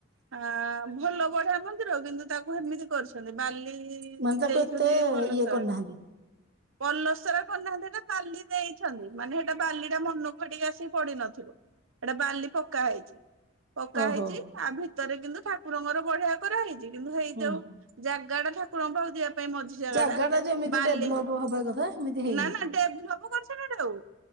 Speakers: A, on the right; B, on the right.
A: ଆ ଭଲ ବଢିଆ ମନ୍ଦିର କିନ୍ତୁ ତାକୁ ଏମିତି କରୁଛ ବାଲି
B: ମାନେ ତାକୁ
A: ଦେଇଛନ୍ତି
B: ଏତେ
A: ପଲସ୍ତରା
B: ଇଏ କରିନାହାନ୍ତି
A: ଟାଏ। ପଲସ୍ତରା କରନାହାନ୍ତି ସେଟା ବାଲି ଦେଇଛନ୍ତି ମାନେ ସେଟା ବାଲିଟା ମନକୁ ହେଠିକି ଆସ ପଡି ନଥିବ ଏଟା ବାଲି ପକା ହେଇଛି ପକା
B: ଓହୋ
A: ହେଇଛି। ଆ ଭିତରେ କିନ୍ତୁ ଠାକୁରଙ୍କର ବଢିଆ କରା ହେଇଛି କିନ୍ତୁ ହେଇଯାଉ
B: ହୁଁ।
A: ଜାଗା ଟା ଠାକୁରଙ୍କ ପାଉ ଦିଆ ମଝି ଜାଗାଟାରେ
B: ଜାଗା ଟା ଯେମିତି
A: ବାଲି
B: ଡେଭଲପ ହବା କଥା ସେମିତି ହେଇନି।
A: ନା ନା ଡେଭଲପ କରିଛଟା ଆଉ।